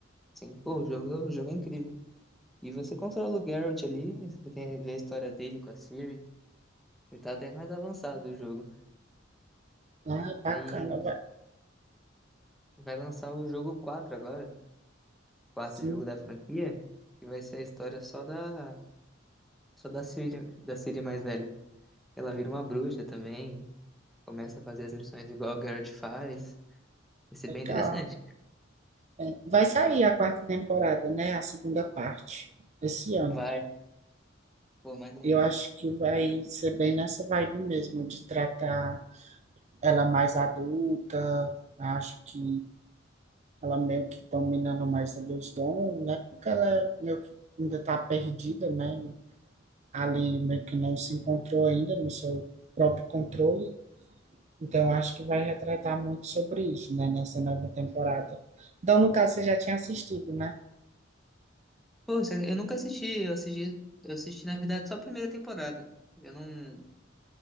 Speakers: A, in the centre; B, on the right.
A: sim. Pô, o jogo, o jogo é incrível. E você controla o Geralt ali, você tem, vê a história dele com a Ciri. Ele tá até mais avançado o jogo.
B: Ah, bacana,
A: Aí
B: vai.
A: vai lançar o jogo 4 agora, quarto
B: Sim,
A: jogo da franquia, que vai ser a história só da, só da Ciri, da Ciri mais velha. Ela vira uma bruxa também, começa a fazer as missões igual o Garrett faz. Vai ser
B: legal.
A: bem interessante.
B: É, Vai sair a quarta temporada, né? A segunda parte, esse ano.
A: Vai, pô, maneiro.
B: Eu acho que vai ser bem nessa vibe mesmo, de tratar ela mais adulta. Acho que ela meio que dominando mais a Deus dons né? Porque ela meio que ainda está perdida, né? Ali meio que não se encontrou ainda no seu próprio controle. Então, acho que vai retratar muito sobre isso, né? Nessa nova temporada. Então, no caso, você já tinha assistido, né?
A: Pô, você- eu nunca assisti, eu assisti, eu assisti, na verdade, só a primeira temporada. Eu não,